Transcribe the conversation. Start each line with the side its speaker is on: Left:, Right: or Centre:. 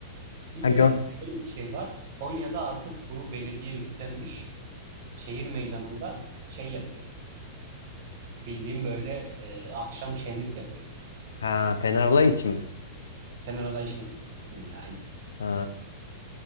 Right: Bir
Left: Ha
Right: de
Left: gör.
Right: şöyle bir şey var. Konya'da artık bunu belediye üstlenmiş. Şehir meydanında şey yapıyor. Bildiğim böyle e, akşam şenlik yapıyor.
Left: Ha Fenerlay için mi?
Right: Fener Alayı şenliği. Aynen.
Left: Ha.